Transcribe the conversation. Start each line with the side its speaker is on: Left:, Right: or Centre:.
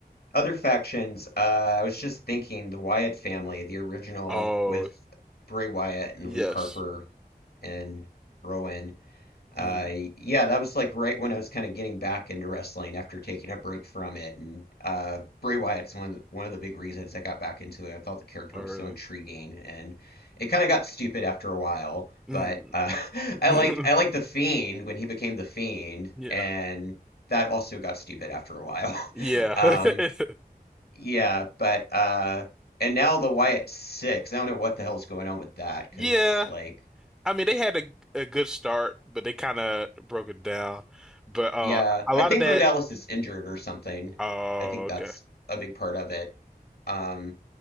Left: other factions. Uh, I was just thinking the Wyatt family, the original
Centre: Oh,
Left: with Bray Wyatt and
Centre: Yes.
Left: Luke Harper and Rowan. Uh,
Centre: Mm.
Left: yeah, that was like right when I was kind of getting back into wrestling after taking a break from it. And uh, Bray Wyatt's one of the, one of the big reasons I got back into it. I thought the character
Centre: Oh,
Left: was
Centre: really?
Left: so intriguing, and it kind of got stupid after a while.
Centre: Mm.
Left: But uh, <laughs> I
Centre: <laughs>
Left: like I like the Fiend when he became the Fiend,
Centre: Yeah.
Left: and that also got stupid after a while.
Centre: Yeah.
Left: <laughs> Um,
Centre: <laughs>
Left: yeah, but uh, and now the Wyatt Six. I don't know what the hell's going on with that because
Centre: Yeah.
Left: like.
Centre: I mean, they had a a good start, but they kind of broke it down. But uh,
Left: Yeah,
Centre: a
Left: I
Centre: lot
Left: think
Centre: of that.
Left: Bo Dallas is injured or something.
Centre: Oh,
Left: I think that's
Centre: okay.
Left: a big part of it. Um,